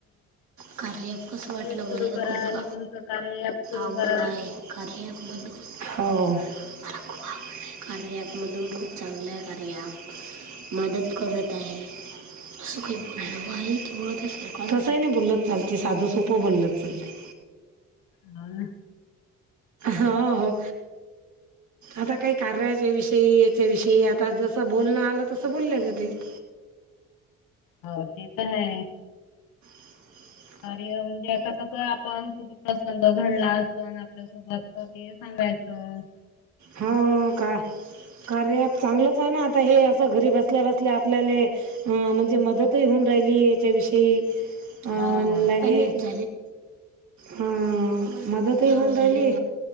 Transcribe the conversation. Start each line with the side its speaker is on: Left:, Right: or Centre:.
Right: कार्य कसं वाटलं
Left: सुरू
Right: मला
Left: करा
Right: खूप
Left: आणि तुमचं कार्य ॲप सुरू
Right: आवड
Left: करा
Right: आहे कार हो ख खू आगोल नाही कर पमधून खूप चांगलं आहे कार्य मदत करत आहे असं काही ब आहेळ कसंही नाही बोललत चालते साधं सोपं बोललत चालते
Left: हो
Right: हो आता काही कारच्या विषयी याच्या विषयी आता जसं बोलणं आलं तसं बोलल्या जाते <unintelligible>
Left: ह ते तर ह
Right: <inaudible>
Left: अ म्हणजे आता कसं आपण कुठ प्रसंग घडला अस आपल्यासोबत तर ते सांगायच अप
Right: हा का कार्या चांगलंच आहे ना आता हे असं घरी बसल्या-बसल्या आपल्याला ए म्हणजे अं मदतही होऊन राहिलीये हेचा विषयी अ
Left: हो आपले
Right: लगेच हा मदतही होऊन राहिली